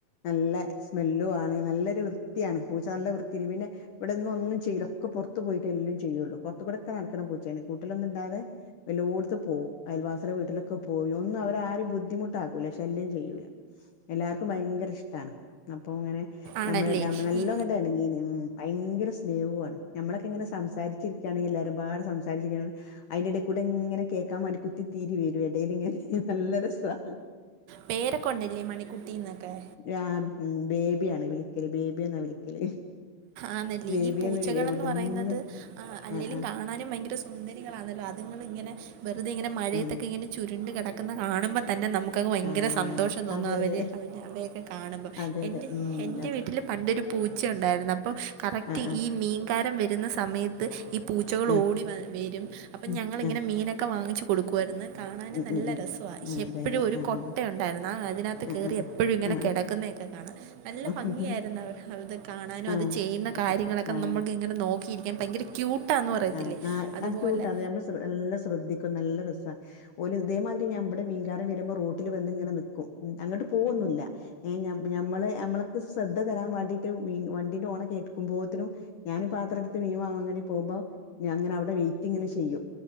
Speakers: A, on the left; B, on the right.
A: നല്ല സ്മെല്ലു ആണ് നല്ലൊരു വൃത്തിയാണ് പൂച്ച നല്ല വൃത്തില് പിന്നെ ഇവിടെന്ന ഒന്നും ചെയ്യുല്ല ഒക്കെ പൊറത്ത പോയിട്ട എല്ല ചെയ്യുള്ളൂ പുറത്ത് കൂടെക്കെ നടക്ക്ണ പുച്ചേണ് കുട്ടിലൊന്നുടാതെ വെല്ലോട്ത്ത് പോവും അയൽവാസികളെ വീട്ടിലൊക്കെ പോയി ഒന്നും അവരാരും ബുദ്ധിമുട്ടാക്കൂല ശല്യം ചെയ്യൂല എല്ലാർക്കും ഭയങ്കര ഇഷ്ടണ് അപ്പൊ അങ്ങനെ
B: ആണല്ലേ.
A: നമ്മള് നല്ല
B: ഈ
A: എണങ്ങീനി ഉം ഭയങ്കര സ്നേഹുവാണ് നമ്മളൊക്കെ ഇങ്ങനെ സംസാരിച്ചിരിക്കണെങ്കിൽ എല്ലാവരുംപാടെ സംസാരിച്ചിരിക്കാ അയിന്റെ എടെകൂടെ ഇങ്ങനെ കേൾക്കാൻ മണ്ടി കുത്തി തീരി വരും എടേല് ഇങ്ങനെ നല്ല രസാ
B: പേരൊക്കെണ്ടല്ലേ മണിക്കുട്ടിന്നൊക്കെ
A: ആഹ് ബേബിയാണ് വിളിക്കല് ബേബേന്നാ വിളിക്കല്
B: ആന്നില്ലേ
A: ബേബിയെന്ന്
B: ഈ പൂച്ചകൾ
A: എവിടുന്ന്
B: എന്ന് പറയുന്നത് അല്ലെങ്കലും
A: ആഹ് ആഹ്
B: കാണാനും ഭയങ്കര സു സുന്ദരികളാണല്ലോ അതുങ്ങ <unintelligible> അത്ങ്ങള് ഇങ്ങനെ വെറുതെ ഇങ്ങനെ മഴയത്തൊക്കെ
A: ഉം
B: ഇങ്ങനെ ചുരുണ്ട് കിടക്കുന്നത് കാണുമ്പോൾ തന്നെ നമുക്ക്ങ്ങ് ഭയങ്കര
A: ആഹ്
B: സന്തോഷം തോന്നും
A: അതെ
B: അവർ
A: അതെ
B: അവ അവയൊക്കെ കാണുമ്പോ
A: അതെ അതെ
B: എ
A: ഉം
B: എന്റെ
A: അതെ
B: വീട്ടില് പണ്ടൊരു പൂച്ച ഉണ്ടായിരുന്നു. കറക്റ്റ്
A: ആഹ് ആഹ്
B: മീൻകാരന് വരുന്ന സമയത്ത് ഈ പൂച്ച ച്ചകൾ
A: ആഹ്
B: ഓടി വ വരും അപ്പം
A: ഉം
B: ഞങ്ങളൾങ്ങനെ
A: ആഹ്
B: മീനൊക്കെ വാങ്ങിച്ച് കൊടുക്കും ക്കുവന്ന് കാണാനും
A: ഉം
B: നല്ല
A: ഉം ഉം
B: രസാ
A: ആഹ്
B: എപ്പോഴും
A: അതെ അതെ
B: ഒരു
A: ആഹ്
B: കൊട്ടയുണ്ടായിരുന്നു ആ അതിനകത്ത് കയറി
A: ആഹ് ആഹ്
B: എപ്പോഴും ഇങ്ങനെ
A: ആഹ് ആഹ്
B: കിടക്കുന്നതൊക്കെ കാണാം നല്ല ഭംഗിയായിരുന്നു
A: ആണോ
B: അവർ അത് കാണാം അതിനും
A: ആഹ്
B: അത് ചെയ്യുന്ന
A: അതെ
B: കാര്യങ്ങളൊക്കെ
A: അതെ ആഹ്
B: നമ്മുക്ക ഇങ്ങെ നോക്കിയിരിക്കാൻ ഭയങ്കര ക്യൂട്ട് ട്ടാന്ന് പറയത്തില്ലേ
A: ആഹ് ആഹ്
B: അതുപോലെ
A: ആഹ് ക്യൂട്ടാ അത് നമ്മൾ നല്ല ശ്രദ്ധിക്കും നല്ല രസാ ഓൽ ഇതേമാ ഞാൻ ഇവടെ മീൻകാര വരുമ്പോ റോട്ടിൽ വന്ന് ഇങ്ങനെ നിക്കും ഉ അങ്ങോട്ട് പോവൊന്നുല്ല മ്മള് നമ്മക്ക് ശ്രദ്ധ തരാൻ വേണ്ടിട്ട് മീൻ വണ്ടിന്റെ ഓണ കേക്കുമ്പോത്തിനും ഞാനും പാത്രം എടുത്ത് മീൻവാങ്ങാൻ പോകുമ്പോ ഞാൻ ഇങ്ങനെ അവിടെ വെയ്റ്റ്ങ്ങനെ ചെയ്യും